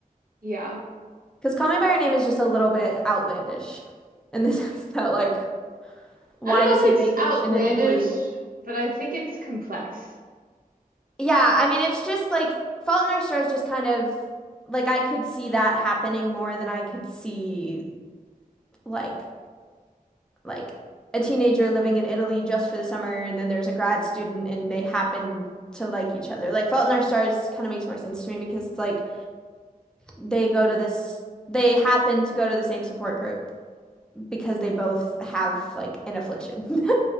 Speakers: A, on the right; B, in the centre.
A: Yeah.
B: Because Call Me by Your Name is just a little bit outlandish in the <laughs> sense that, like, why
A: I don't know
B: does he
A: if
B: vacation
A: it's outlandish,
B: in Italy?
A: but I think it's complex.
B: Yeah, I mean, it's just like Fault in Our Stars just kind of like I could see that happening more than I could see like like a teenager living in Italy just for the summer and then there's a grad student and they happen to like each other. Like Fault in Our Stars kind of makes more sense to me because it's like they go to this they happen to go to the same support group because they both have like an affliction. <laughs> I